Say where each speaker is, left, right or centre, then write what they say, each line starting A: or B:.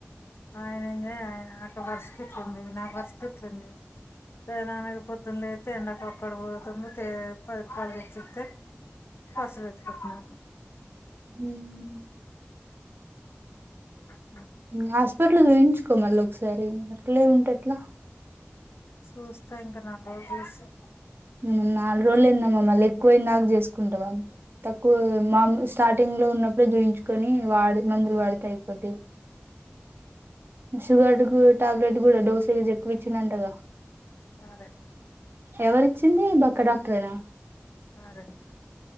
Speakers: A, on the left; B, on the right.
A: ఆయన ఎంజాయ్ ఆయన నాకు పరిస్థితులుంది నా పరిస్థితులుంది ప నాన్నకి పొద్దున్న అయితే ఎండక ఒక్కడ పోతుంది తే పద పచ్చతే ఫసలు వచ్చ కట్టన
B: ఉమ్మ్
A: ఉమ్
B: మ్మ్ హాస్పిటల్లో చూయించుకోమళ్ళ ఒకసారి అట్లే ఉంటే ఎట్లా
A: చూస్తా ఇంకా నాలుగు రోజుల్ చూసి
B: మ్మ్ నాలుగు రోజులు ఏందమ్మా మళ్ళీ ఎక్కువైందాక చేసుకుంటవా, తక్కువ మాము స్టార్టింగ్ లో ఉన్నప్పుడు చూయించుకొని వాడి మందులు వాడితే అయిపోద్ది. షుగర్ డ్కు టాబ్లెట్ కూడా డోసేజ్ ఎక్కువ ఇచ్చిందంటగా
A: అదే
B: ఎవరిచ్చింది బక్క డాక్టరే నా
A: సారే